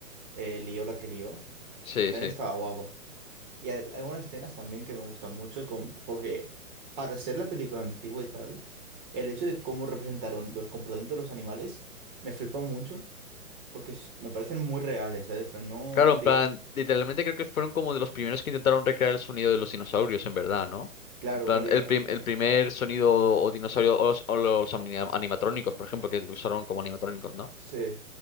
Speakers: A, on the right; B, on the left.
A: eh, lió la que lió,
B: Sí,
A: también
B: sí.
A: estaba guapo. Y hay hay algunas escenas también que me gustan mucho con, porque para ser la película antigua y tal, el hecho de cómo representaron los comportamientos de los animales me flipó mucho porque es- me parecen muy reales, ¿sabes? Pero no,
B: Claro,
A: aunque,
B: en plan, literalmente creo que fueron como de los primeros que intentaron recrear el sonido de los dinosaurios, en verdad, ¿no?
A: claro,
B: En plan,
A: claro, y
B: el,
A: aparte
B: prim-
A: también,
B: el primer sonido o dinosaurio o los, o los ani- animatrónicos, por ejemplo, que lo usaron como animatrónicos, ¿no?
A: sí,